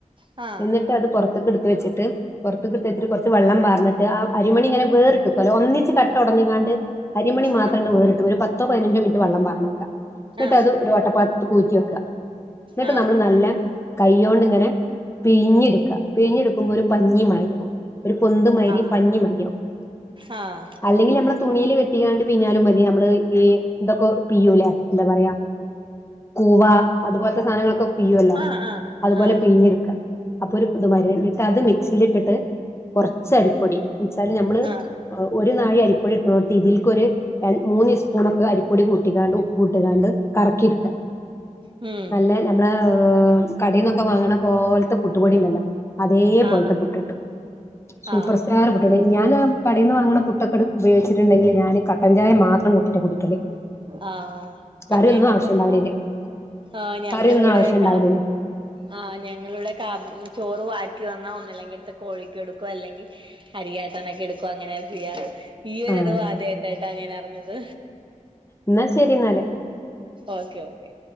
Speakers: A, on the right; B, on the left.
A: ആ
B: എന്നിട്ട് അത് പുറത്തേക്ക എടുത്ത് വെച്ച പുറത്ത് എടുത് വെച്ചിട്ട് കുറച് വെള്ളം ന്നട്ട് ആ അരിമണിങ്ങനെ വേറിട്ടും അല്ല ഒന്നിച്ച് കട്ടഓടഞ്ഞിണ്ട് അരിമണി മാത്രംണ്ട്
A: ആ
B: വേറിട്ടും ഒരു പ പത്തോ പതിനഞ്ചോ മിനിറ്റ് വെള്ളം പറാർന്ന്ക്ക എന്നിട്ട്
A: ആ
B: അത് ഒരു വട്ടപ്പാത്ത് ഊറ്റി വെക്കുക എന്നിട്ട്
A: ആ ആ
B: നമ്മൾ നല്ല കൈൊണ്ട്ങ്ങനെ പിഴിഞ്ഞെടുക്ക പിഴിഞ്ഞെടുക്കുമ്പോ ഒരു പഞ്ഞിമാരിയാവും ഒരു പൊത്ന്മാരി
A: ആ ആ
B: പഞ്ഞി മരിയാവും
A: ആ ആ
B: അല്ലെങ്കിൽ നമ്മെ തുണിൽ കെട്ടിക്കാണ്ട് പിഞ്ഞാലും മതി നമ്മള് ഈ ഇതൊക്കെ പിയുലെ എന്താ പറയാ കൂവ അതുപോലത്തെ സാധനങ്ങളൊക്കെ പ്യുയല്ലോ
A: ആ ആ
B: അതുപോലെ
A: ആ
B: പിഞ്ഞെടുക്ക അപ്പൊ ഒരു ഇ മരുന്നിട്ട് അത് മിക്സിൽ ഇട്ടിട്ട് കുറച്ച അരിപ്പൊടി എന്നെച്ചാല് നഞമ്മള്
A: ആ
B: ഒരു നാഴെ അരിപ്പൊടി ഇക്കണോട്ട് ഇതിൽക്കൊ ഒരു ര <unintelligible> മൂന്നിസ്പൂണെക്കെ അരിപ്പൊടി കൂട്ടിക്കാണ്ട് ഉപ്പുട്ട്ക്കാണ്ട് കറക്കിട്ക്കാ
A: ഉം
B: നല്ല നമ്മളേ ഏമ് കടീന്നൊക്കെ വാങ്ങണ പോൽത്തെ പുട്ടുപൊടീണ്ടാലോ അതേ
A: ആ
B: പോലത്തെ പുട്ട്ട്ടും സൂപ്പർ
A: ആ
B: സ്റ്റാർ പുട്ടിണ്ട് ഞാനാ കടീന്ന് വാങ്ങണ പുട്ടക്കട് ഉപയോഗിച്ചിട്ട്ണ്ടെങ്കില് ഞാന് കട്ടൻ ചായ മാത്രംകൂട്ടിട്ടാ കുടിക്കല്
A: ആഹ <unintelligible>
B: കറിയൊന്നും ആവശ്യം
A: പോന്നു
B: ഉണ്ടാവലില്ല
A: ആഹ ഞങ്ങളിവിടെ
B: കറിയൊന്നും ആവശ്യം ഉണ്ടാവലില്ല
A: കാ ആഹ ഞങ്ങളിവിടെ കാ ചോറ് വാക്കിവന്നാ ഒന്നില്ലെങ്കിൽ എട്ത്ത് കോഴിക്ക്കൊടുക്കും അല്ലെങ്കി അരിയാട്ടാനൊക്കെ എടുക്കും അങ്ങനെ ചെയ്യാറ് ഈ ഒരു
B: ആ
A: അറിവ് ആദ്യയിട്ടാട്ടോ ഞാനറിഞ്ഞത്
B: ഇന്നാ ശെരി ന്നാല്
A: ഓക്കെ ഓക്കെ